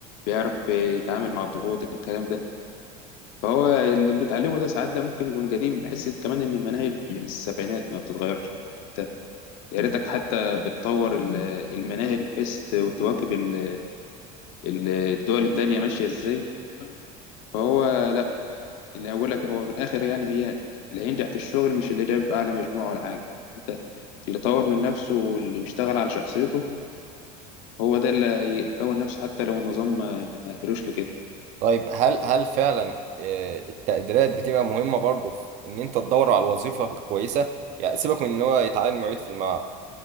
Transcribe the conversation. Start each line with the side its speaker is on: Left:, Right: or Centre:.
Left: بيعرف آه، يتعامل مع الضغوط الكلام ده فهو اللي بنتعلمه ده ساعات ده ممكن يكون قديم بحس كمان ان المناهج من السبعينات ما بتتغيرش انت يا ريتك حتى بتطور ال- المناهج بحيث ت- تواكب ال- ال- الدول التانية ماشية ازاي فهو لا اللي اقول لك هو من الاخر يعني هي اللي هينجح في الشغل مش اللي جاب اعلى مجموعة ولا حاجة انت اللي طور من نفسه واللي بيشتغل على شخصيته هو ده اللي هيكون نفسه حتى لو النظام ما ما أهلوش لكده
Right: طيب هل هل فعلا آه، التقديرات بتبقى مهمة برضه في ان انت تدور على الوظيفة الكويسة يعني سيبك من ان هو يتعين معيد في المعهد